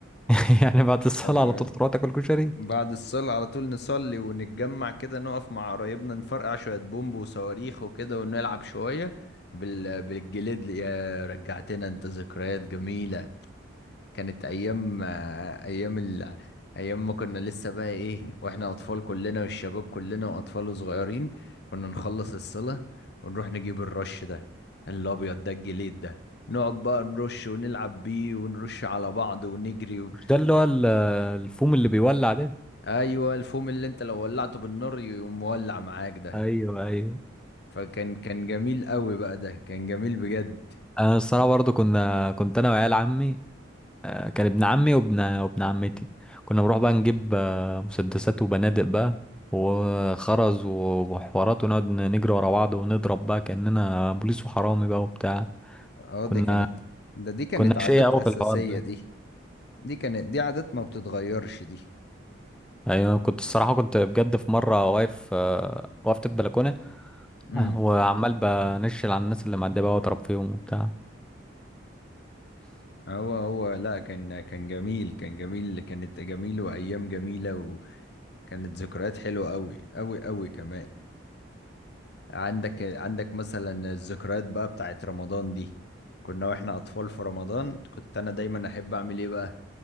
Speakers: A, in the centre; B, on the left.
A: <laughs> يعني بعد الصلاة
B: ده بجد.
A: على طول تروح تاكل كشري
B: بعد الصلاة على طول نصلي ونتجمع كده نقف مع قرايبنا نفرقع شوية بومب وصواريخ وكده ونلعب شوية بال... بالجليد يا رجعتنا انت ذكريات جميلة كانت أيام أيام ال... أيام ما كنا لسه بقى إيه وإحنا أطفال كلنا والشباب كلنا وأطفال صغيرين كنا نخلص الصلاة ونروح نجيب الرش ده الأبيض ده الجليد ده نقعد بقى نرش ونلعب بيه ونرش على بعض ونجري
A: مش ده اللي هو ال- الفوم اللي بيولع ده
B: ايوه الفوم اللي انت لو ولعته بالنار يقوم مولع معاك ده
A: ايوه ايوه
B: فكان كان جميل قوي بقى ده كان جميل بجد
A: انا الصراحة برضه كنا كنت انا وعيال عمي آه، كان ابن عمي وابن وابن عمتي كنا بنروح بقى نجيب آه، مسدسات وبنادق بقى وخرز وحوارات ونقعد نجري ورا بعض ونضرب بقى كأننا بوليس وحرامي بقى وبتاع
B: اه
A: كنا
B: دي كانت ده دي كانت
A: كنا
B: عادات
A: شقية قوي
B: اساسيه
A: في الحوار ده
B: دي دي كانت دي عادات ما بتتغيرش دي
A: ايوه كنت الصراحة كنت بجد في مرة واقف آه، وقفت البلكونة
B: امم
A: وعمال بنشل على الناس اللي معدية بقى واضرب فيهم وبتاع
B: هو هو لا كان كان جميل كان جميل كانت جميل وايام جميله وكانت ذكريات حلوه قوي قوي قوي كمان عندك عندك مثلا الذكريات بقى بتاعت رمضان دي كنا واحنا اطفال في رمضان كنت انا دايما احب اعمل ايه بقى